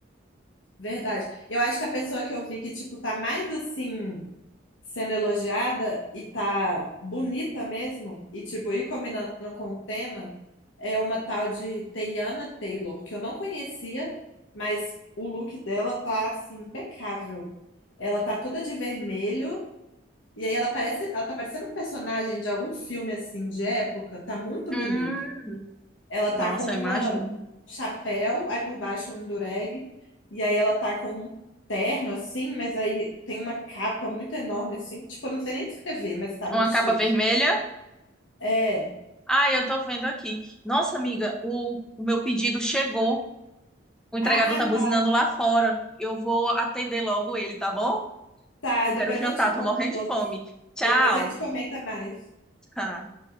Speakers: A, on the left; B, in the centre.
A: Verdade. Eu acho que a pessoa que eu vi que, tipo, tá mais assim. sendo elogiada e tá bonita mesmo, e tipo, ir combinando com o tema, é uma tal de Teyana Taylor, que eu não conhecia, mas o look dela tá assim impecável. Ela tá toda de vermelho, e aí ela parece, ela tá parecendo um personagem de algum filme assim de época, tá muito
B: Hum,
A: bonito. Ela tá
B: nossa,
A: com uma
B: imagino.
A: um chapéu, aí por baixo um dureg, e aí ela tá com um terno assim, mas aí tem uma capa muito enorme assim, tipo, eu não sei nem descrever, mas tá muito
B: Uma
A: chique.
B: capa vermelha.
A: É.
B: Ah, eu tô vendo aqui. Nossa, amiga, o, o meu pedido chegou. O entregador
A: Ah,
B: tá buzinando
A: tá,
B: lá fora. Eu vou atender logo ele, tá bom?
A: tá.
B: Eu
A: Depois
B: quero jantar,
A: eu te conto
B: tô morrendo
A: os
B: de
A: outros.
B: fome. Tchau.
A: Depois a gente comenta mais.
B: Ah.